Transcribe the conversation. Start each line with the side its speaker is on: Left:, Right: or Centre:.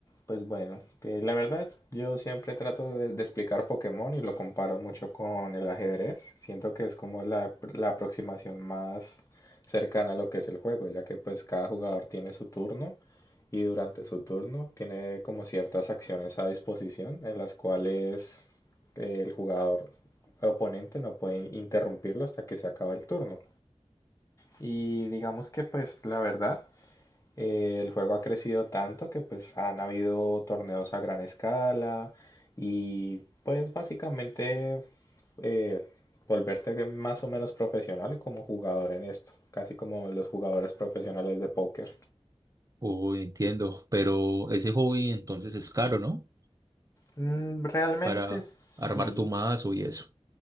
Left: pues bueno, que la verdad yo siempre trato de, de explicar Pokémon y lo comparo mucho con el ajedrez. Siento que es como la, la aproximación más cercana a lo que es el juego, ya que pues cada jugador tiene su turno y durante su turno tiene como ciertas acciones a disposición en las cuales eh, el jugador oponente no puede interrumpirlo hasta que se acaba el turno. Y digamos que pues la verdad eh, el juego ha crecido tanto que pues han habido torneos a gran escala y pues básicamente eh, volverte más o menos profesional como jugador en esto, casi como los jugadores profesionales de póker.
Right: Oh, entiendo. Pero ese hobby entonces es caro, ¿no?
Left: Mm, realmente
Right: Para
Left: sí.
Right: armar tu mazo y eso.